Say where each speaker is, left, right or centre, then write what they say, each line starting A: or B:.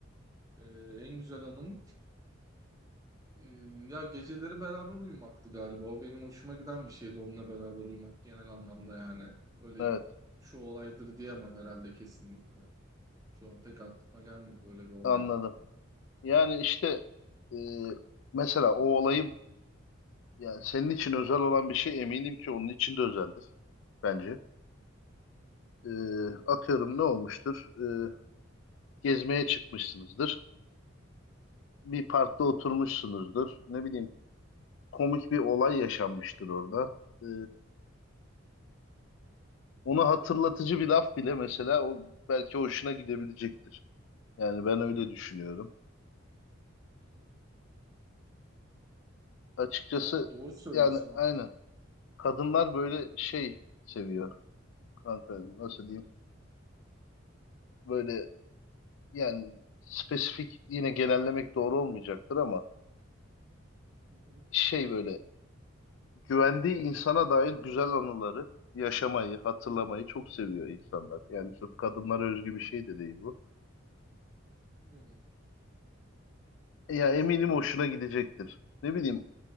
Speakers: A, on the right; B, on the left.
A: e, en güzel anım e, ya geceleri beraber uyumaktı galiba. O benim hoşuma giden bir şeydi onunla beraber uyumak genel anlamda yani. Öyle
B: evet
A: şu olaydır diyemem herhalde kesinlikle. Şu an pek aklıma gelmedi öyle bir olay.
B: anladım. Yani işte e, mesela o olayı yani senin için özel olan bir şey eminim ki onun için de özeldir bence. E,
A: Hı,
B: atıyorum ne olmuştur? E, gezmeye çıkmışsınızdır. bir parkta oturmuşsunuzdur.
A: hı,
B: Ne bileyim komik bir olay yaşanmıştır orada. Ee, onu hatırlatıcı bir laf bile mesela o belki hoşuna gidebilecektir. Yani ben öyle düşünüyorum.
A: hı, hı.
B: Açıkçası
A: Yani doğru söylüyorsun
B: yani
A: ha.
B: aynen. Kadınlar böyle şey seviyor kanka nasıl diyeyim? Böyle yani spesifik yine genellemek doğru olmayacaktır ama
A: Hı, hı,
B: şey böyle güvendiği insana dair güzel anıları yaşamayı, hatırlamayı çok seviyor insanlar. Yani sırf kadınlara özgü bir şey de değil bu.
A: hı.
B: Ya eminim hoşuna gidecektir. Ne bileyim